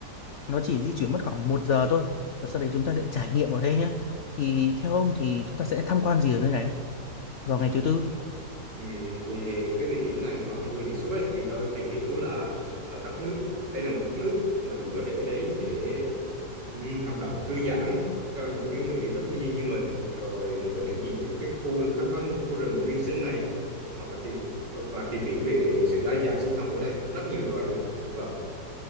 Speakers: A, on the left; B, on the right.
A: nó chỉ di chuyển mất khoảng một giờ thôi và sau đấy chúng ta sẽ trải nghiệm ở đây nhá thì theo ông thì chúng ta sẽ tham quan gì ở nơi này vào ngày thứ tư
B: Ừ, về cái địa điểm này mà ông vừa đề xuất ấy, thì tôi tìm hiểu là ở thác nước đây là một thác nước mình có thể đến để ừm, hoạt động thư giãn cho những cái người yêu thích thiên nhiên như mình rồi mình có thể nhìn được cái khu khám phá khu khu rừng nguyên sinh này hoặc là tìm và tìm hiểu về sự đa dạng sinh học ở đây rất nhiều loài thực thực vật